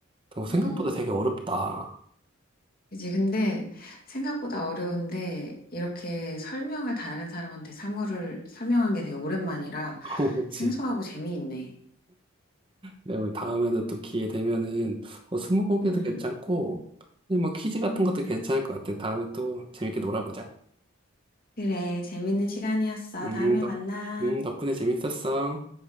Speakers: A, on the right; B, on the left.
A: 어, 생각보다
B: 음.
A: 되게 어렵다.
B: 이제 근데 생각보다 어려운데 이렇게 설명을 다른 사람한테 사물을 설명한 게 되게 오랜만이라
A: <laughs> 그치.
B: 생소하고 재미있네.
A: 네, 우리 다음에도 또 기회 되면은 어, 스무고개도
B: 음.
A: 괜찮고 뭐 퀴즈 같은 것도 괜찮을 것 같아. 다음에 또 재밌게 놀아보자.
B: 그래, 재밌는 시간이었어.
A: 음,
B: 다음에
A: 덕,
B: 만나.
A: 음, 덕분에 재밌었어.